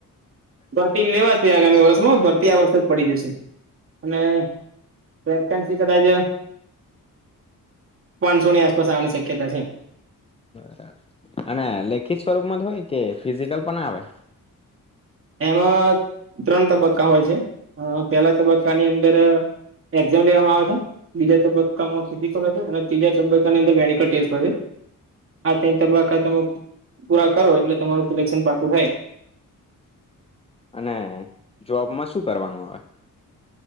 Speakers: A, on the right; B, on the left.
A: ભરતી લેવાશે આગામી વર્ષમાં ભરતી આ વર્ષે જ પડી જશે અને વેકેન્સી કદાચ પાંચસોની આસપાસ આવવાની શક્યતા છે.
B: બરાબર અને લેખિત સ્વરૂપ માં જ હોય કે ફિઝિકલ પણ આવે?
A: એમાં ત્રણ તબક્કા હોય છે. પેલા તબક્કાની અંદર એક્ઝામ લેવામાં આવે છે બીજા તબક્કામાં અને ત્રીજા તબક્કાની અંદર મેડિકલ ટેસ્ટ હોય છે આ તીન તબક્કા તમે પૂરા કરો એટલે તમારું સિલેક્શન પા <unintelligible>
B: અને જોબમાં શું કરવાનું આવે?